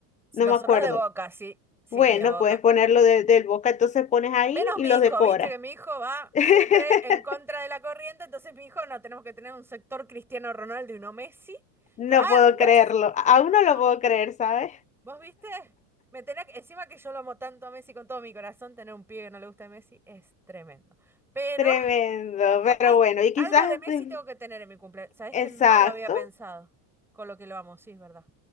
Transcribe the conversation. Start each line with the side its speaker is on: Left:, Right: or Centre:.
Left: no
Centre: Nosotros
Left: me acuerdo.
Centre: de Boca, sí. Sí,
Left: Bueno,
Centre: de Boca.
Left: puedes ponerlo de- del Boca, entonces pones ahí
Centre: Menos
Left: y
Centre: mi
Left: los
Centre: hijo,
Left: decoras.
Centre: viste que mi hijo va
Left: <laughs>
Centre: siempre en contra de la corriente, entonces mi hijo no, tenemos que tener un sector Cristiano Ronaldo y uno Messi.
Left: No
Centre: Pero- ah,
Left: puedo
Centre: un
Left: creerlo,
Centre: Messi.
Left: aún no lo
Centre: No,
Left: puedo creer, ¿sabes?
Centre: ¿Vos viste? Me tenía que- encima que yo lo amo tanto a Messi con todo mi corazón, tener un pibe que no le gusta a Messi es tremendo. Pero
Left: Tremendo,
Centre: No,
Left: pero
Centre: ay,
Left: bueno, y quizás,
Centre: algo de Messi
Left: pues,
Centre: tengo que tener en mi cumpleaños. Sabes
Left: exacto,
Centre: que no lo había pensado con lo que lo amo, sí, es verdad.